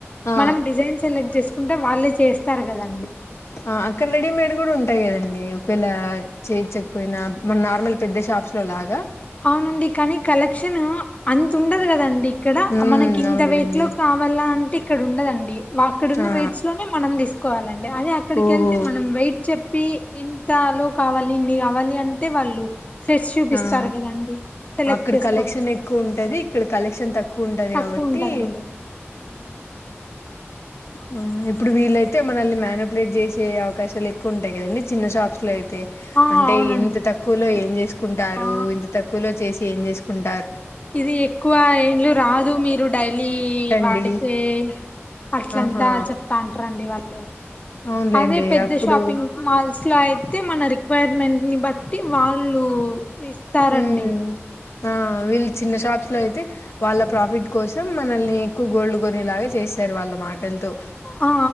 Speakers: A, on the left; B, on the left.
A: ఆ
B: మనం డిజైన్ సెలెక్ట్ చేసుక్ ఉంటే వాళ్ళే చేస్తారు కదా.
A: ఆ అక్కడ రెడీమెడి కూడా ఉంటాయి కదా అండి. అండి ఒకవేళ చేయించకపోయిన మన నార్మల్ పెద్ద షాప్స్ లో లాగా.
B: అవునండి కానీ కలెక్షన్ అంత ఉండదు కదండీ ఇక్కడ
A: ఉమ్
B: మనకు ఇంత
A: అవునులేండి
B: వెయిట్ లో కావాలంటి. ఇక్కడ ఉండదండి వా అక్కడ ఉన్న
A: ఆ
B: ఎయిడ్స్ లోనే మనం తీసుక్ కోవాలండి అదే అక్కడికెళ్తే
A: ఓహో
B: మనం వెయిట్ చెప్పి. ఇంత లో కావాలి ఇన్ని కావలి అంటే. టే తెచ్చి చూపిస్తారు.
A: ఆ
B: కదండి సెలెక్ట్
A: అక్కడ
B: చేసుకోవచ్చండి
A: కలెక్షన్ ఎక్కువ ఉంటది ఇక్కడ. కలెక్షన్ తక్ కూ ఉంటది
B: తక్కువ
A: కాబట్టి.
B: ఉంటదండి ఉమ్.
A: ఆ ఇప్పుడు వీలైతే మనల్ని మేలిక్యులేట్ చేసే అవకాశాలు ఎక్కువ ఉంటాయి కదండీ. చిన్న షాప్స్ లో అయి తె
B: ఆ
A: అంటే
B: అవునండి
A: ఇంత తక్కువలో ఏం చేసుకుంటారు
B: ఆ
A: ఇంత తక్కువలో చేస్ ఏం చేసుకుంట్
B: ఇది ఎక్కువ ఏండ్లు రాదు మీరు డైలీ
A: పెట్టండి
B: వాడితే అట్. ఇట్లా
A: ఆహా
B: అంతా చెప్తా ఉంటారండి వాళ్ళు.
A: అవునులేండి
B: అదే పెద్ద
A: అప్పుడు
B: షాపింగ్ మాల్స్ లో అయితే. మన రిక్వైర్మెంట్ నీ బట్టి వాళ్ళు. ఇస్తారండి.
A: ఉమ్ ఆ వీళ్లు చిన్న షాప్స్ లో అయితే వాళ్ల ప్రాఫిట్ కోసం మనల్ని ఎక్కువ గోల్డ్ కోనెలాగా చేశారు వల్ల మాటలతో.
B: ఆ